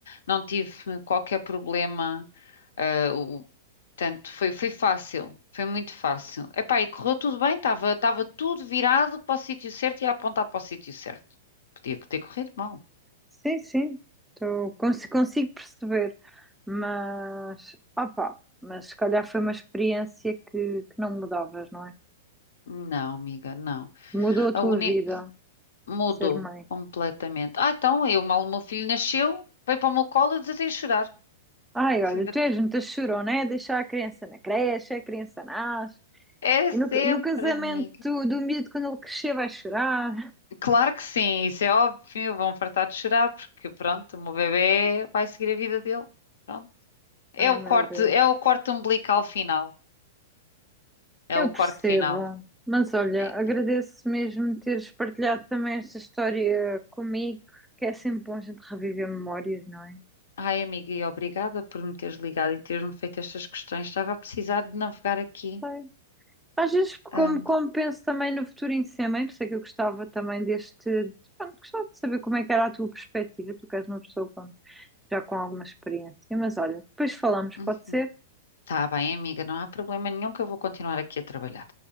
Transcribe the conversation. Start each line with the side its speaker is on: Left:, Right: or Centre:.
Left: não tive qualquer problema. ah, o- Portanto, foi, foi fácil, foi muito fácil. Epá, e correu tudo bem, estava estava tudo virado para o sítio certo e a apontar para o sítio certo. Podia ter corrido mal.
Centre: Sim, sim, tô, cons- consigo perceber, mas opá, mas se calhar foi uma experiência que, que não mudavas, não é?
Left: Não, amiga, não.
Centre: Mudou a
Left: A
Centre: tua
Left: uni
Centre: vida
Left: mudou
Centre: ser mãe.
Left: completamente. Ah, então, eu mal o meu filho nasceu, veio para o meu colo e desatei a chorar.
Centre: Ai,
Left: <laughs>
Centre: olha, tu és muita chorona, é deixar a criança na creche, a criança nasce,
Left: É
Centre: e
Left: sempre,
Centre: no, no casamento
Left: amiga.
Centre: do miúdo, quando ele crescer, vai chorar.
Left: Claro que sim, isso é óbvio, vão fartar de chorar, porque pronto, o meu bebê vai seguir a vida dele. Pronto. É
Centre: Ai,
Left: o
Centre: meu
Left: corte,
Centre: Deus,
Left: é o corte umbilical final. É
Centre: eu
Left: o corte
Centre: percebo,
Left: final.
Centre: mas olha,
Left: É-
Centre: agradeço mesmo teres partilhado também esta história comigo, que é sempre bom a gente reviver memórias, não
Left: Ai, amiga, e obrigada por me teres ligado e teres-me feito estas questões. Estava a precisar de navegar aqui.
Centre: é? Às vezes, como,
Left: Ah,
Centre: como penso também no futuro em si, mãe, por isso é que eu gostava também deste. Pronto, gostava de saber como é que era a tua perspectiva. Tu que és uma pessoa com- já com alguma experiência. Mas olha, depois falamos,
Left: uhum.
Centre: pode ser?
Left: Tá bem, amiga, não há problema nenhum que eu vou continuar aqui a trabalhar.